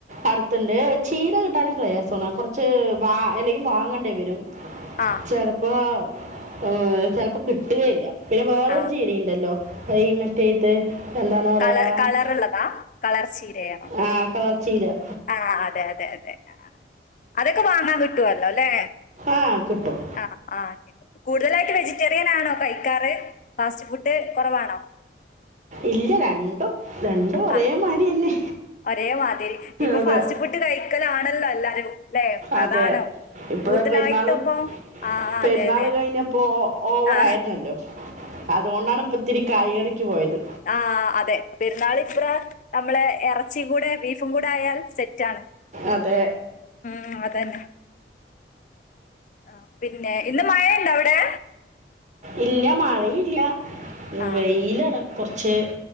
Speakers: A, on the right; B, on the left.
A: അടുത്തുണ്ട് ചീര കിട്ടാനും പ്രയാസമാണ് കുറച്ച് വാ അല്ലെങ്കിൽ വാങ്ങേണ്ടി വരും
B: ആ
A: ചലപ്പ ആ ചിലപ്പോ കിട്ടുകയില്ല പിന്നെ വേറൊരു
B: ആ
A: ജീരി ഉണ്ടല്ലോ അ മറ്റേ ഇത് എന്താണ് പറയുക
B: കളർ കളർള്ളതാ കളർ ചീരയാണോ
A: ആ കളർ ചീര
B: ആ അതെ അതെ അതെ അതൊക്കെ വാങ്ങാൻട്ട പിട്ടല്ലോ അല്ലേ
A: ആ കിട്ടും
B: ആഹ ആഹ കേട്ട കൂടുതലായിട്ട് വെജിറ്റേറിയൻ ആണോ കൈക്കാറ് ഫാസ്റ്റ് ഫുഡ് കുറവാണോ
A: ഇല്ല രണ്ടും രണ്ടും ഒരേമാതിരി
B: ആ
A: തന്നെ
B: ഒരേ മാതിരി ഇപ്പൊ
A: അതെ
B: ഫാസ്റ്റ് ഫുഡ് കഴിക്കലാണല്ലോ എല്ലാരും ല്ലേ പ്രധാനം
A: അതെ ഇപ്പ
B: കൂടുതലായിട്ടിപ്പോ
A: പെരുന്നാള്
B: ആ
A: പെരുന്നാള്
B: അതെന്നെ
A: കഴിഞ്ഞപ്പോ ഓവറ
B: ആ
A: ആയിരുന്നല്ലോ അതുകൊണ്ടാണ് ഇപ്പ ഇത്തിരി കയറി പോയത്
B: ആഹ് അതെ പെരുന്നാൾിത്ര നമ്മള ഇറച്ചിയും കൂടെ ബീഫും കൂടെ ആയാൽ സെറ്റാണ്
A: അതെ
B: ഉം അതന്നെ ആ പിന്നെ ഇന്ന് മഴുണ്ടാ അവിടെ
A: ഇല്ല മഴയും ഇല്ല
B: ആ
A: വെയിലാണ് കുറച്ച്